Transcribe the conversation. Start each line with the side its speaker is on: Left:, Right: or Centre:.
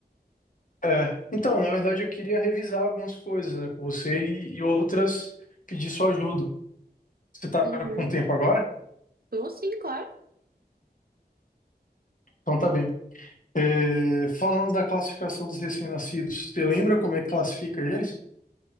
Left: É, então, na verdade, eu queria revisar algumas coisas, né, com você e, e outras pedir sua ajuda. Você tá
Right: Uhum.
Left: com tempo agora?
Right: Tô sim, claro.
Left: Então tá bem. É, falando da classificação dos recém-nascidos, você lembra como é que classifica eles?